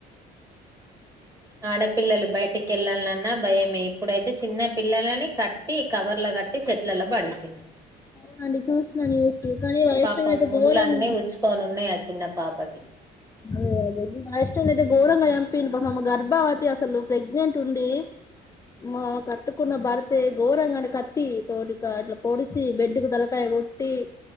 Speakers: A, on the right; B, on the left.
A: ఆడపిల్లలు
B: ఘోరంగా.
A: బయటికి వెళ్ళాలన్న భయమే ఇప్పుడైతే చిన్న పిల్లలని కట్టి కవర్ల కట్టి చెట్లలో పడేసిండు
B: అవునండి చూసిన న్యూస్ కానీ వైష్ణవి
A: పాపం
B: అయితే
A: ముండ్లన్నీ
B: ఘోరం
A: గుచ్చుకోని ఉన్నయ్ ఆ చిన్న పాపకి
B: అదే అదే వైష్ణవినైతే
A: ఉమ్
B: ఘోరంగా చంపిండు మొహం గాని బా అది అసలు ప్రెగ్నెంట్ ఉండి మా కట్టుకున్న భర్తే గోరంగణ కత్తి తోటికా అట్లా పొడిసి బెడ్ కు తలకాయ కొట్టి